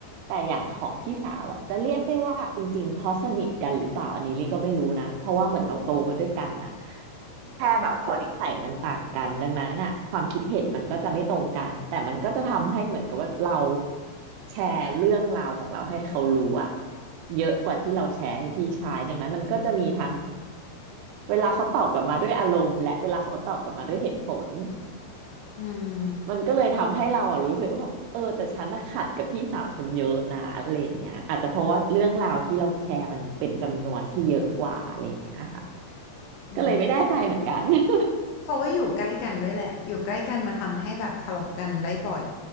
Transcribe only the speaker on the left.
อืม
อืม
เพราะว่าอยู่ใกล้กันด้วยแหละอยู่ใกล้กันมันทำให้แบบทะเลาะกันได้บ่อย